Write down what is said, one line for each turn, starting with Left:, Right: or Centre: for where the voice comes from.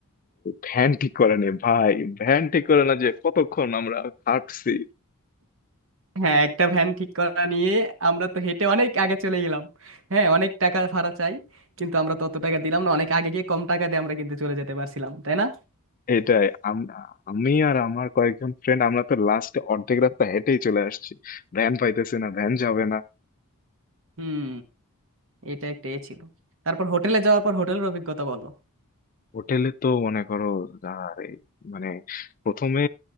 Left: ভ্যান ঠিক করে নি ভাই ভ্যান ঠিক করে না যে কতক্ষণ আমরা হাঁটছি
Right: হ্যাঁ একটা ভ্যান ঠিক করা নিয়ে আমরা তো হেঁটে অনেক আগে চলে গেলাম হ্যাঁ অনেক টাকা ভাড়া চাই কিন্তু আমরা তত টাকা দিলাম না অনেক আগে গিয়ে কম টাকা দিয়ে আমরা কিন্তু চলে যেতে পারছিলাম তাই না
Left: এটাই আম- আমি আর আমার কয়েকজন ফ্রেন্ড আমরা তো লাস্টে অর্ধেক রাস্তা হেঁটেই চলে আসছি ভ্যান পাইতেছি না ভ্যান যাবে না
Right: হুম এটা একটা এ ছিল তারপর হোটেলে যাওয়ার পর হোটেলের অভিজ্ঞতা বলো
Left: হোটেলে তো মনে করো আরে মানে প্রথমে